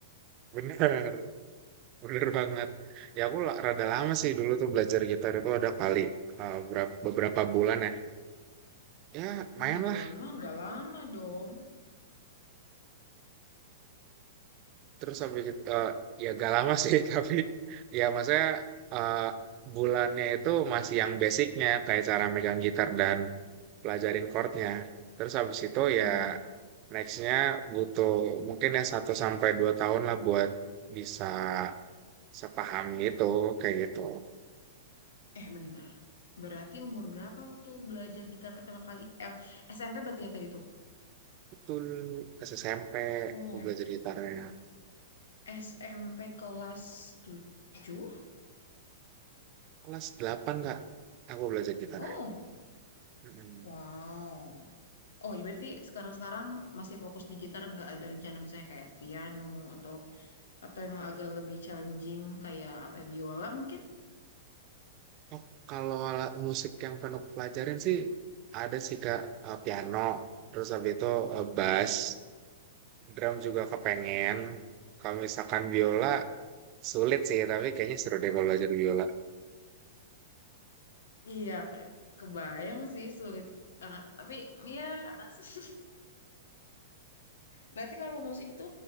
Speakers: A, on the right; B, on the left.
A: bener <laughs> bener banget ya aku la- rada lama sih dulu tuh belajar gitar itu ada kali eh, berap- beberapa bulan ya ya lumayan
B: Wah, bulan mah nggak lama dong.
A: Terus habis itu, eh, ya gak lama sih, <laughs> tapi ya maksudnya eh, bulannya itu masih yang basicnya, kayak cara megang gitar dan pelajarin chordnya. Terus habis itu ya
B: Hmm.
A: nextnya butuh mungkin ya satu sampai 2 tahun lah buat bisa sepaham gitu, kayak gitu.
B: Eh, bentar. Berarti umur berapa waktu belajar gitar pertama kali? Eh, SMP berarti ya tadi tuh.
A: Itu pas SMP
B: Iya.
A: aku belajar gitarnya.
B: SMP kelas 7.
A: Kelas 8 kak, aku belajar gitarnya.
B: Oh,
A: Mm-mm.
B: Wow. Oh, ya berarti sekarang-sekarang masih fokus di gitar, nggak ada rencana misalnya kayak piano atau atau yang agak lebih challenging kayak apa ya, biola mungkin?
A: Oh, kalau ala- musik yang penuh pelajarin sih ada sih Kak, Eh, piano, terus habis itu eh, bass, drum juga kepengen. Kalau misalkan biola sulit sih, tapi kayaknya seru deh kalau belajar biola.
B: Iya, kayak kebayang sih sulit. Ah, tapi ya, <laughs> berarti kalau musik itu